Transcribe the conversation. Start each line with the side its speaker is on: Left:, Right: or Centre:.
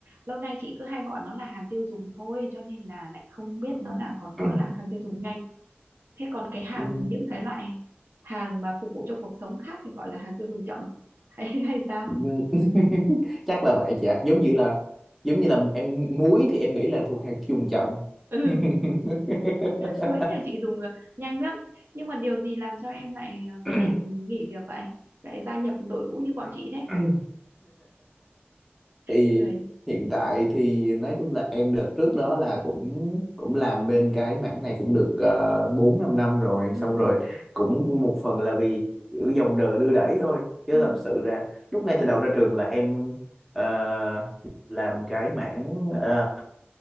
Right: Lâu nay chị cứ hay gọi nó là hàng tiêu dùng thôi, cho nên là lại không biết nó là còn có
Centre: <clears throat>
Right: là hàng tiêu dùng nhanh Thế còn cái hàng
Centre: Ừ,
Right: những cái loại hàng mà phục vụ cho cuộc sống khác thì gọi là hàng tiêu dùng chậm <laughs> hay hay sao?
Centre: ừ. <laughs> chắc là vậy chả giống như là giống như là em muối thì em nghĩ là thuộc hàng tiêu dùng chậm
Right: Ừ,
Centre: <laughs>
Right: Quế nhà chị dùng ờ, nhanh lắm. Nhưng mà điều gì làm cho em lại ờ,
Centre: Ừ.
Right: quyết định nghỉ việc vậy? Lại gia nhập đội ngũ như bọn
Centre: <laughs>
Right: chị đấy.
Centre: thì
Right: Cười.
Centre: hiện tại thì nói chung là em đợt trước đó là cũng cũng làm bên cái mảng này cũng được uh, 4 5 năm rồi
Right: Ừ,
Centre: xong rồi cũng một phần là vì kiểu dòng đời đưa đẩy thôi chứ
Right: ừ,
Centre: thật sự ra lúc ngay từ đầu ra trường là em ờ, làm cái mảng ờ,